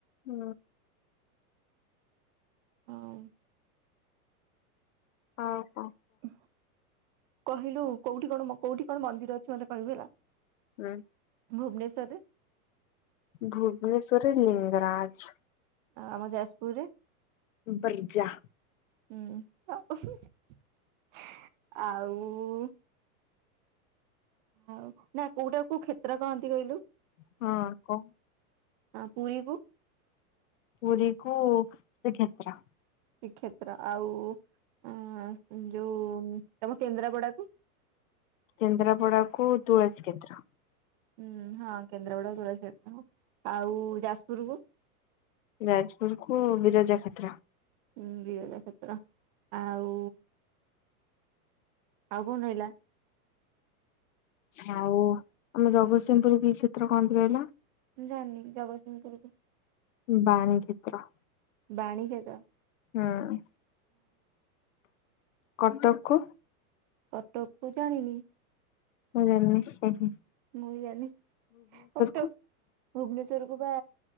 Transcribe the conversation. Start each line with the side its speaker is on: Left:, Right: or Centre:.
Left: ହୁଁ।
Right: ହଁ
Left: ହଁ।
Right: <unintelligible> କହିଲୁ କୋଉଠି କଣ ମ କୋଉଠି କଣ ମନ୍ଦିର ଅଛି ମତେ କହିବୁ ହେଲା?
Left: ହୁଁ।
Right: ଭୁବନେଶ୍ୱରରେ?
Left: ଭୁବନେଶ୍ଵରରେ ଲିଙ୍ଗରାଜ୍।
Right: ଆଉ ଆମ ଯାଜପୁରରେ
Left: ବର୍ଜା
Right: ହୁଁ <unintelligible> ଆଉ ଆଉ ନା କୋଉଟା କୋଉ କ୍ଷେତ୍ର କହନ୍ତି କହିଲୁ?
Left: ହଁ କହ।
Right: ଆଁ ପୁରୀକୁ?
Left: ପୁରୀକୁ ଶୀକ୍ଷେତ୍ର।
Right: ଶୀକ୍ଷେତ୍ର, ଆଉ ଉଁ ଯୋଉ ତମ କେନ୍ଦ୍ରାପଡାକୁ?
Left: କେନ୍ଦ୍ରାପଡାକୁ ତୁଳସୀ କେତ୍ର।
Right: ହୁଁ ହଁ କେନ୍ଦ୍ରାପଡାକୁ ତୁଳସୀକ୍ଷେତ୍ର ଆଉ ଯାଜପୁରକୁ?
Left: ଯାଜପୁରକୁ ବିରଜା କ୍ଷେତ୍ର।
Right: ଉଁ-ଉଁ ବିରଜାକ୍ଷେତ୍ର ଆଉ ଆଉ କଣ ରହିଲା?
Left: ଆଉ ଆମ ଜଗତସିଂହପୁରକୁ କି କ୍ଷେତ୍ର କହନ୍ତି କହିଲ?
Right: ମୁଁ ଜାଣିନି ଜଗତସିଂହପୁରକୁ
Left: ବାଣୀ କ୍ଷେତ୍ର।
Right: ବାଣୀ ଖେତ?
Left: ହୁଁ-ଉଁ। କଟକକୁ?
Right: କଟକକୁ ଜାଣିନି।
Left: ମୁଁ ବି <unintelligible>
Right: ମୁଁ ବି ଜାଣିନି, କଟକ
Left: କୁ
Right: ଭୁବନେଶ୍ଵରକୁ ପା